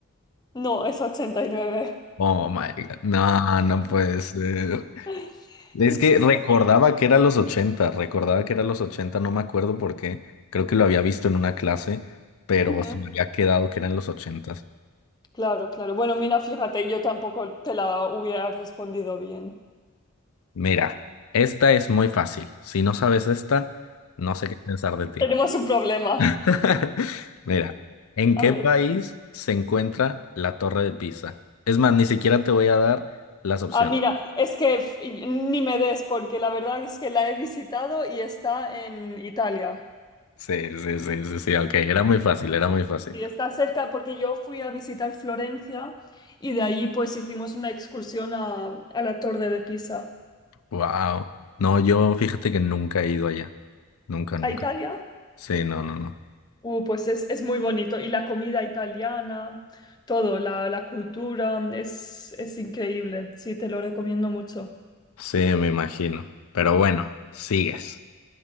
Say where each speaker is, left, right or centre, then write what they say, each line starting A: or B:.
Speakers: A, on the left; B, on the left.
A: No, es 89.
B: Oh my God. No, no puede ser.
A: <laughs>
B: Es
A: Sí,
B: que
A: sí,
B: recordaba
A: sí.
B: que era los 80, recordaba que era los 80. no me acuerdo por qué, creo que lo había visto en una clase, pero
A: Ujú.
B: se me había quedado que eran los ochenta.
A: Claro, claro. Bueno, mira, fíjate, yo tampoco te la hubiera respondido bien.
B: Mira, esta es muy fácil, si no sabes esta, no sé qué pensar de ti.
A: Tenemos un problema.
B: <laughs> Mira, ¿en qué
A: A ver.
B: país se encuentra la Torre de Pisa? Es más, ni siquiera te voy a dar las opciones.
A: Ah, mira, es que f- ni me des, porque la verdad es que la he visitado y está en Italia.
B: Sí, sí, sí, sí, sí, ok, era muy fácil, era muy fácil.
A: Y está cerca porque yo fui a visitar Florencia y de ahí pues hicimos una excursión a, a la Torre de Pisa.
B: Wow. No, yo fíjate que nunca he ido allá, nunca, nunca.
A: ¿A Italia?
B: Sí, no, no, no.
A: Uh, pues es, es muy bonito. Y la comida italiana, todo, la, la cultura, es, es increíble. Sí, te lo recomiendo mucho.
B: Sí, me imagino. Pero bueno, sigues.